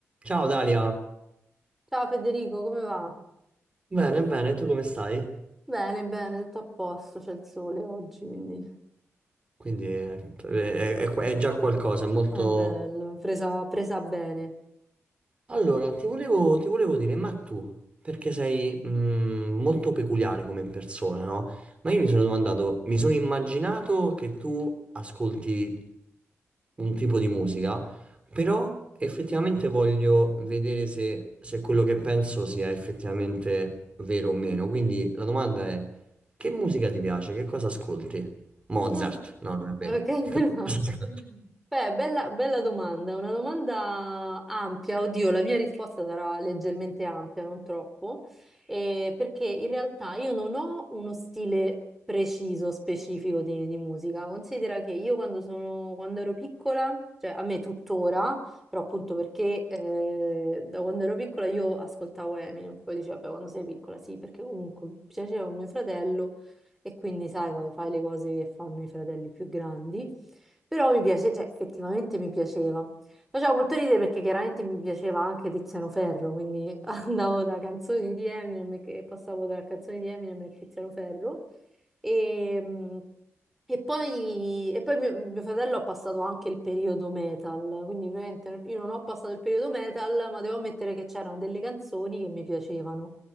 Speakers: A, on the right; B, in the centre.
A: Ciao Dalia,
B: Ciao Federico, come va?
A: bene, bene, tu come stai?
B: Bene, bene, tutto a posto, c'è il sole oggi, quindi
A: Quindi eh, è, è- è già qualcosa, è molto,
B: è bello, presa, presa bene.
A: Allora, ti volevo, ti volevo dire, ma tu, perché sei mm, molto peculiare come persona, no? Ma io mi sono domandato, mi sono immaginato che tu ascolti un tipo di musica, però effettivamente voglio vedere se, se quello che penso sia effettivamente vero o meno. Quindi la domanda è, che musica ti piace? Che cosa ascolti? Mozart?
B: Ok,
A: No, non è vero.
B: ok, <laughs> no.
A: <laughs>
B: Beh, bella, bella domanda, una domanda ampia. Oddio, la mia risposta sarà leggermente ampia, non troppo, eh, perché in realtà io non ho uno stile preciso, specifico di, di musica. Considera che io quando sono, quando ero piccola, cioè a me tuttora, però appunto perché eh, da quando ero piccola io ascoltavo Eminem, poi dicevo, vabbè, quando sei piccola, sì, perché comunque mi piaceva mio fratello e quindi sai quando fai le cose che fanno i fratelli più grandi, però mi piace, cioè effettivamente mi piaceva. Faceva molto ridere perché chiaramente mi piaceva anche Tiziano Ferro, quindi <laughs> andavo da canzoni di Eminem che passavo da canzoni di Eminem a Tiziano Ferro. E, mh, e poi, e poi mio, mio fratello ha passato anche il periodo metal, quindi ovviamente io non ho passato il periodo metal, ma devo ammettere che c'erano delle canzoni che mi piacevano.